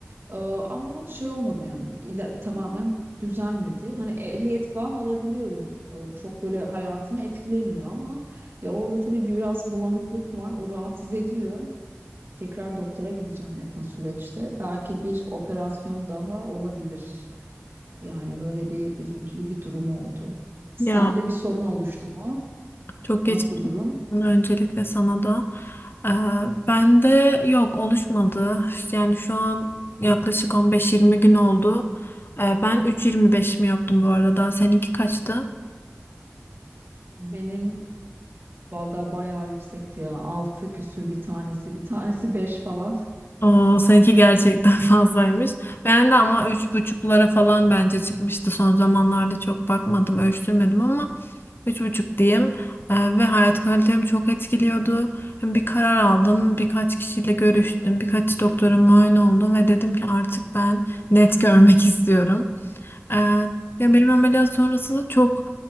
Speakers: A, on the right; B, on the left.
A: Ee, ama şey olmadı yani ila- tamamen düzelmedi. Hani ehliyet falan alabiliyorum. Ee, çok böyle hayatımı etkilemiyor ama ya orada tabii biraz bulanıklık var. O rahatsız ediyor. Tekrar doktora gideceğim yakın süreçte. Belki bir operasyon daha olabilir. Yani böyle bir üzüntülü bir durum oldu. Sende
B: Ya
A: bir sorun oluştu mu?
B: Çok
A: Nasıl
B: geçmiş
A: durum?
B: olsun öncelikle sana da. Ee, ben de yok oluşmadı. Yani şu an yaklaşık 15-20 gün oldu. Ee, ben 3.25 mi yaptım bu arada? Seninki kaçtı?
A: Benim vada bayağı yüksekti ya. Altı küsür bir tanesi. Bir tanesi beş falan.
B: O seninki gerçekten <laughs> fazlaymış. Ben de ama üç buçuklara falan bence çıkmıştı. Son zamanlarda çok bakmadım, ölçtürmedim ama üç buçuk diyeyim. Ee, ve hayat kalitemi çok etkiliyordu. Bir karar aldım, birkaç kişiyle görüştüm, birkaç doktora muayene oldum ve dedim ki artık ben net görmek <laughs> istiyorum. Ee, ya benim ameliyat sonrası da çok